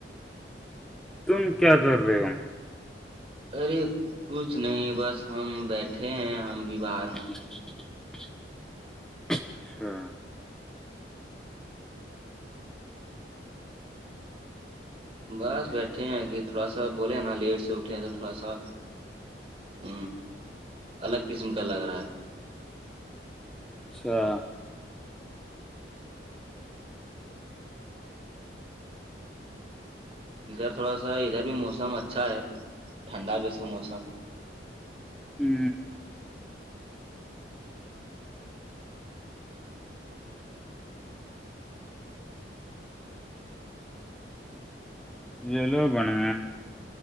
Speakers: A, in the centre; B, on the right.
A: تم کیا کر رہے ہو
B: ارے کچھ نہیں بس ہم بیٹھے ہیں ہم بھی باہر میں
A: <inaudible> اچھا
B: بس بیٹھے ہیں تھوڑا سا بولے نا لیٹ سے اٹھے ہیں تو تھوڑا سا ہ الگ قسم کا لگ رہا ہے
A: اچھا
B: ادھر تھوڑا سا ادھر بھی موسم اچھا ہے ٹھنڈا جیسا موسم
A: ا ل لو بنے